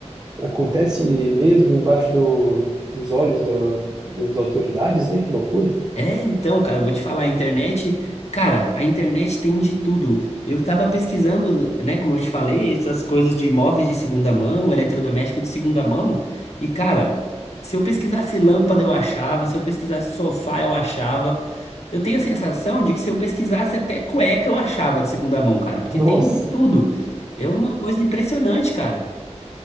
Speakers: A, on the right; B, on the left.
A: acontece mesmo embaixo do, dos olhos do, das autoridades, né? Que loucura.
B: É, então, cara, eu vou te falar, a internet, cara, a internet tem de tudo. Eu tava pesquisando, né, como eu te falei, essas coisas de imóveis de segunda mão, eletrodoméstico de segunda mão, e cara, se eu pesquisasse lâmpada eu achava, se eu pesquisasse sofá eu achava. Eu tenho a sensação de que se eu pesquisasse até cueca eu achava de segunda mão, cara, porque
A: Nossa,
B: tem de tudo. É uma coisa impressionante, cara.